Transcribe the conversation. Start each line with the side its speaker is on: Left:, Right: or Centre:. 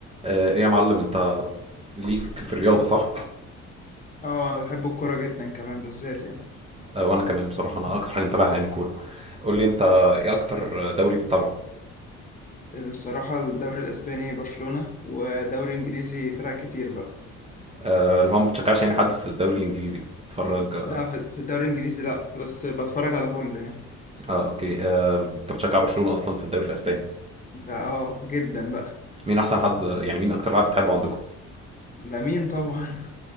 Right: آه، ايه يا معلم انت ليك في الرياضة صح؟
Left: اه انا بحب الكوره جدا كمان بالذات يعني
Right: آه، وانا كمان بصراحة انا اكتر حاجة متابعها يعني الكورة قول لي انت ايه اكتر دوري بتتابعه؟
Left: الصراحه الدوري الاسباني برشلونه ودوري انجليزي فرق كتير بقى
Right: آه، اللي هو ما بتشجعش يعني حد في الدوري الانجليزي بتتفرج اه
Left: لا في في الدوري الانجليزي لا بس بتفرج على كله يعني
Right: آه، اوكي آه، انت بتشجع برشلونة اصلا في الدوري الاسباني
Left: ده اه جدا بقى
Right: مين احسن حد يعني مين اكتر لاعب بتحبه عندكم؟
Left: لامين طبعا